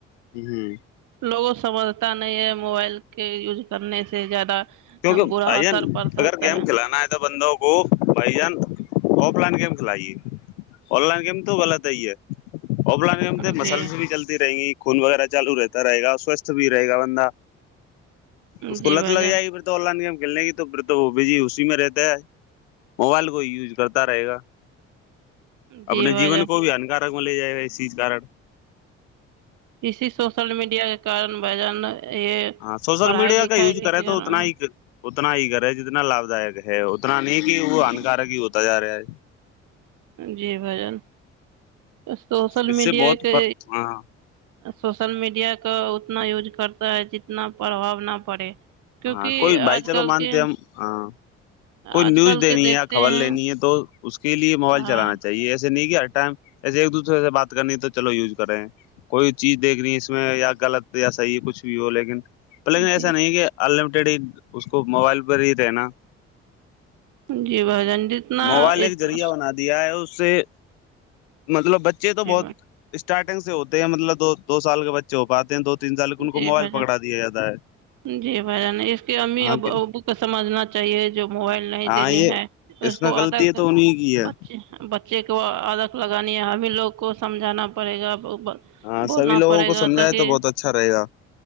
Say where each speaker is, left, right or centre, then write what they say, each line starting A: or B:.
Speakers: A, on the left; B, on the right.
A: ہ
B: لوگوں سمجھتا نہیں ہے موبائل کے یوج کرنے سے زیادہ
A: کیونکہ
B: برا
A: آ
B: اثر پڑتا
A: اگر
B: ہوتا
A: گیم
B: ہے
A: کھلانا ہے بندوں کو بھائی جان آف لائن گیم کھلائیے آن لائن گیم تو غلط ہے ہی ہے آف لائن گیم
B: جی
A: مسلس بھی چلتی رہیں گی خون وغیرہ چالو رہتا رہے گا سوستھ بھی رہے گا بندہ اس
B: جی
A: کو لت
B: بھائی
A: لگ
B: جان
A: جائے گی پھر آن لائن گیم کھیلنے کی تو پھر تو بھی جی اسی میں رہتا ہے موبائل کو ہی یوز کرتا رہے گا
B: جی
A: اپنے
B: بھائی
A: جین
B: جان
A: کو بھی ہکار لے جائے سی کار
B: اسی سوشل میڈیا کے کارن بجان یہ
A: ہاں سوشل
B: پڑھائی
A: میڈیا
B: لکھائی
A: کا یوز کرے
B: کے کارن
A: تو اتنا ہی اتنا ہی گھر ہے جتنا لابھ دائک ہے اتنا نہیں کہ وہ
B: جی
A: ہانکارک ہی ہوتا جا رہا ہے
B: جی بھجن سوشل
A: اس
B: میڈیا
A: سے بہت
B: کے
A: فرق ہاں
B: سوشل میڈیا کا اتنا یز کرتا ہے جتنا پربھؤ نہ پڑے کیونکہ
A: ہاں کوئی بھائی
B: آج
A: چلو
B: کل
A: مانتے
B: کے
A: ہم ہ کوئی
B: آج
A: نیوز
B: کل
A: دینی
B: کے دیکھتے
A: ہے یا خبر
B: ہیں
A: لینی ہے تو اس کے لیے موبائل
B: ہاں
A: چلانا چاہیے ایسے نہیں کہ ہر ٹائم جسے ایک دوسرے سے بات کرنی تو چلو یوز کرے کوئی چیز دیکھنی اس میں یا غلط یاسحی ہے کچھ بھی ہو لیکن لیکن ایسا
B: جی
A: نہیں کہ ان لمیٹیڈ ہی اس کو موبائل پر ہی رہنا
B: جی بھ جان جتنا
A: موبائل
B: اتنا
A: ایک ذریعہ بنا دیا ہے اس سے مطلب بچے تو
B: جی
A: بہت
B: بھائی
A: اسٹارٹنگ سے ہوتے ہیں مطلب دو دو سال کے بچے ہو پاتے ہیں دو تین سال ان کو
B: جی
A: موبائل
B: بھائی جان
A: پکڑا دیا جاتا ہے
B: جی بھ جان اس کی امی
A: ہاں
B: اب
A: کیا
B: ابو کو سمجھنا چاہیے جو موبائل نہیں
A: ہاں
B: دینی
A: یہ
B: ہے اس
A: میں
B: کو
A: غلطی
B: ادا
A: ہے تو انہیں کی ہے
B: بچے <unintelligible> بچے کو عدق لگانی ہے ہمبھی لوگ کو سمجھانا پڑے گا بولنا
A: ہاں سب لوگوں
B: پڑے
A: کو
B: گا
A: سمجھائے
B: تاکہ
A: تو بہت اچھا رہےا